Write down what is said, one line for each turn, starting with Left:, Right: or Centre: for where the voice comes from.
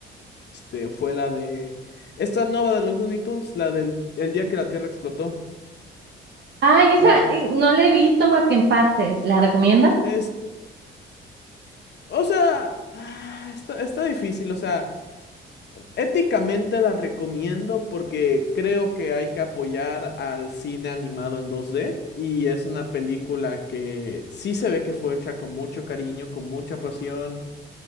Left: este, fue la de esta nueva de los Looney Tunes, la del el día que la Tierra explotó.
Right: Ay, esa
Left: La,
Right: eh, no la he visto más que en partes. ¿La recomiendas?
Left: es, o sea, ah, está, está difícil, o sea. Éticamente la recomiendo porque creo que hay que apoyar al cine animado en dos d y es una película que sí se ve que fue hecha con mucho cariño, con mucha pasión.